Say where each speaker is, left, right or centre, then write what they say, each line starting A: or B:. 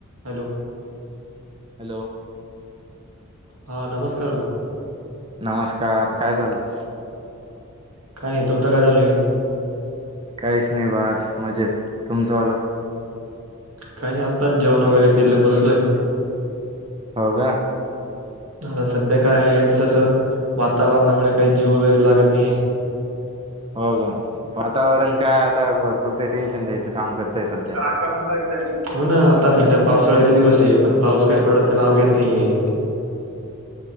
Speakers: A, on the right (about 75°); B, on the right (about 25°).
A: Hello
B: hello.
A: हा नमस्कार भा
B: नमस्कार काय चाललं
A: काय नाही तुमचं काय चालूय
B: काहीच नाही बास मजेत तुमचं आलं
A: काही नाही आताच जेवण वगैरे केलं बसलोय
B: हो का
A: आता सध्या काय हेच असं वातावरणामुळे काही जीव वगैरे लागत नाही
B: हो का वातावरण काय आता भरपूर ते टेन्शन द्यायचं काम करतय सध्या
A: आक्रमण लाग हो ना आता सध्या पावसाळ्याचे दिवस आहे पण पाऊस काही पडला तर नाव घेत नाहीये